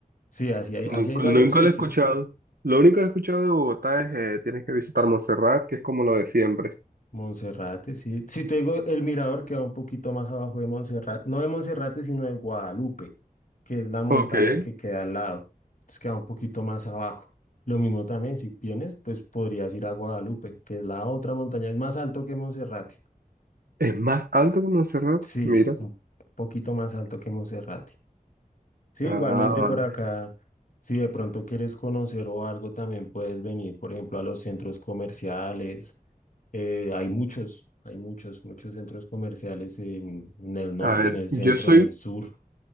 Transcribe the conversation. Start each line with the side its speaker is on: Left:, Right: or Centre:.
Left: Sí, así hay,
Right: nunca,
Left: así hay varios
Right: nunca
Left: sitios.
Right: lo he escuchado. Lo único que he escuchado de Bogotá es eh, tienes que visitar Montserrat, que es como lo de siempre.
Left: Monserrate, sí. Si te digo, el mirador queda un poquito más abajo de Monserrate. No de Monserrate, sino de Guadalupe, que es la montaña
Right: Ok.
Left: que queda al lado. Entonces queda un poquito más abajo. Lo mismo también, si vienes, pues podrías ir a Guadalupe, que es la otra montaña. Es más alto que Monserrate.
Right: ¿Es más alto que Montserrat?
Left: Sí,
Right: Mira.
Left: un poquito más alto que Monserrate. Sí,
Right: Ah,
Left: igualmente
Right: vale.
Left: por acá, si de pronto quieres conocer o algo, también puedes venir, por ejemplo, a los centros comerciales. Eh, hay muchos, hay muchos, muchos centros comerciales en, en el norte,
Right: A ver,
Left: en el
Right: yo
Left: centro,
Right: soy,
Left: en el sur.